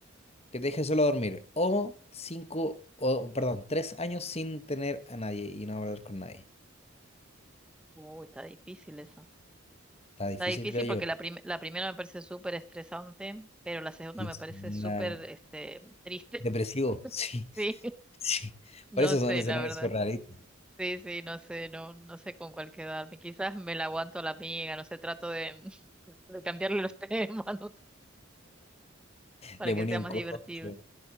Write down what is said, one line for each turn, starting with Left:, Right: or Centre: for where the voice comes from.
Left: que te dejen solo a dormir. O cinco, o perdón, tres años sin tener a nadie y no hablar con nadie.
Centre: Uy, está difícil eso.
Left: Está difícil,
Centre: Está difícil
Left: creo
Centre: porque
Left: yo.
Centre: la, prim- la primera me parece súper estresante, pero la segunda
Left: La
Centre: me
Left: segunda,
Centre: parece súper este, triste.
Left: depresivo,
Centre: <laughs>
Left: <laughs> sí,
Centre: Sí,
Left: sí.
Centre: no
Left: Por eso
Centre: sé,
Left: son escenarios
Centre: la verdad.
Left: surrealistas.
Centre: Sí, sí, no sé, no, no sé con cuál quedarme. Quizás me la aguanto a la amiga, no sé, trato de, <laughs> de cambiarle los <laughs> temas, no sé, para
Left: Le
Centre: que
Left: ponía
Centre: sea
Left: un
Centre: más
Left: corcho.
Centre: divertido.